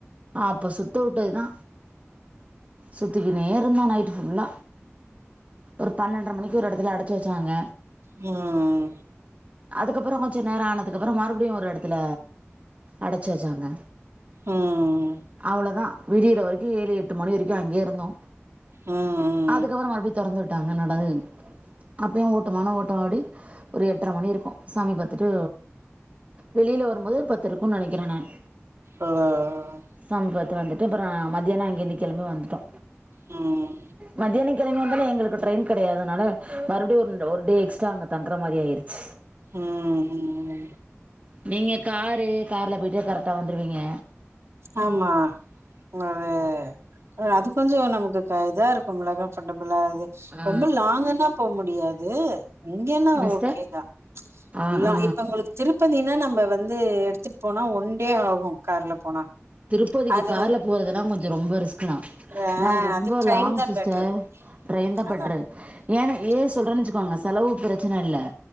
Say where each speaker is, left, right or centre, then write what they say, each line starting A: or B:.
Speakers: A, on the right; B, on the right.
A: அப்போ சுத்தவுட்டது தா சுத்திகுனே இருந்தா நைட் ஃபுல்லா ஒரு பன்னெண்ற மணிக் கு ஒரு எடத்துல அடச்சு வச்சாங்க
B: ம் ம்
A: அதுக்கப்புறோ கொஞ்ச நேரோ ஆனதுக்கப்பறோ மறுபடியு ஒரு எடத்துல அடச்சு வச்சாங்க
B: ம்
A: அவ்ளோதா விடியிற வரிக்கு ஏழு எட்டு மணி வரிக்கு அங்கே இருந்தோ
B: ம் ம்
A: அதுக்கப்பறோ மறுபடியு தொறந்து உட்டாங்க நலது அப்பயு ஓட்டமான ஓட்டோ ஓடி ஒரு எட்ர மணி இருக்கு சாமீபாத் ட்டு வெளில வரும்போது பத்து இருக்கு நனைக்கிற நானு
B: ஆ ஆ அ
A: சாமி பாத்து வந்துட்டு அப்றோ மத்தியானோ அங்கிருந்து கெளம்பி வந்துட்டோ
B: ம்
A: மத்யான கெளம்பி வந்தாளே எங்களுக்கு ட்ரெயின் கெடையாதனால மறுப்டியு ஒருன் ஒரு டே எக்ஸ்ட்ரா அங்க தங்கற மாரி ஆயிருச்சு
B: ம் ம் ம்
A: நீங்க காரு கார்ல போய்ட்டு கரெக்டா வந்துருவீங்க
B: ஆமா ம் அது அது கொஞ்சோ நமக்கு க இதா இருக்கும்ல கம்ஃபர்டபிளா அது
A: ஆ
B: ரொம்ப லாங்கான்னா போ முடியாது இங்கேனா
A: என்ன சிஸ்டர்
B: ஓகேதா
A: ஆ
B: இல்ல
A: ஆ
B: இப்ப உங்களுக் திருப்பதினா நம்ப வந்து எடுத்துட் போனா ஒன் டே ஆகு கார்ல போனா
A: திருப்பதிக்கு
B: அது
A: கார்ல
B: வந்து
A: போறதெல்லா கொஞ்சோ ரொம்ப ரிஸ்க்கு தா
B: ஆ
A: ஏனா அது ரொம்போ
B: ட்ரெயின்
A: லாங்
B: தா
A: சிஸ்டர்
B: பெட்ரு
A: ட்ரெயின் தா
B: அதா
A: பெட்ரு ஏனா
B: பெட்ரு
A: ஏ சொல்றன் வச்சுக்கோங்க செலவு பரச்சன இல்ல